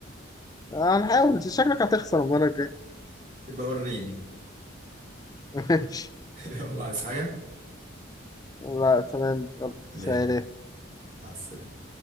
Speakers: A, on the left (about 20°); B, on the right (about 40°).
A: هنحاول شكلك هتخسر المره الجايه
B: يبقى وريني
A: <laughs> ماشي
B: <laughs> يلا عايز حاجة؟
A: لا تمام يلا سلام
B: ليه؟ مع السلامة